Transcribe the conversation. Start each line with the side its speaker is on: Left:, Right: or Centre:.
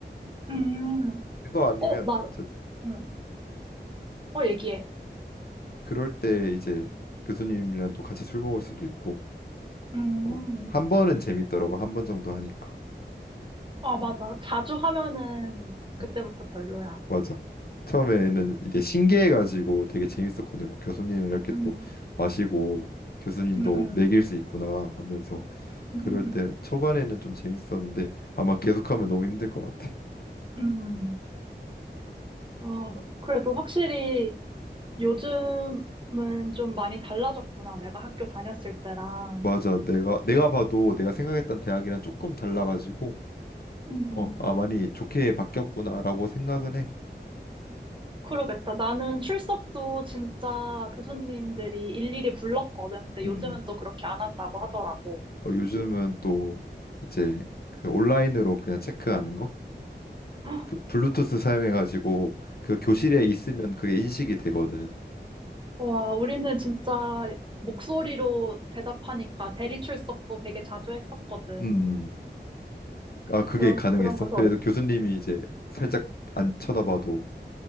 Right: 음.
Left: 어 그거 아니면
Right: 어, 나,
Left: 저
Right: 음, 어, 얘기해.
Left: 그럴 때 이제 교수님이랑 또 같이 술 먹을 수도 있고
Right: 음.
Left: 어, 한 번은 재밌더라고. 한 번 정도 하니까.
Right: 아, 맞아. 자주 하면은 그때부터
Left: 음,
Right: 별로야.
Left: 맞아. 처음에는 이게 신기해가지고 되게 재밌었거든. 요 교수님 이렇게
Right: 음,
Left: 또 마시고 교수님도
Right: 음, 음.
Left: 먹일 수 있구나 하면서
Right: <laughs>
Left: 그럴 때 초반에는 좀 재밌었는데 아마 계속하면 너무 힘들 것 같아.
Right: 음. 어, 그래도 확실히 요즘은 좀 많이 달라졌구나. 내가 학교 다녔을 때랑.
Left: 맞아. 내가 내가 봐도 내가 생각했던 대학이랑 조금 달라가지고
Right: 음.
Left: 어, 아 많이 좋게 바뀌었구나라고 생각은 해.
Right: 그러겠다. 나는 출석도 진짜 교수님들이 일일이 불렀거든. 근데
Left: 음.
Right: 요즘은
Left: 음.
Right: 또 그렇게 안 한다고 하더라고.
Left: 어, 요즘은 또 이제 그 온라인으로 그냥 체크하는 거
Right: 어, <gasps>
Left: 블- 블루투스 사용해가지고 그 교실에 있으면 그게 인식이 되거든.
Right: 와, 우리는 진짜 목소리로 대답하니까 대리 출석도 되게 자주 했었거든.
Left: 음. 음. 아, 그게
Right: 그런,
Left: 가능했어?
Right: 그런 거좀
Left: 그래도 교수님이 이제 살짝 안 쳐다봐도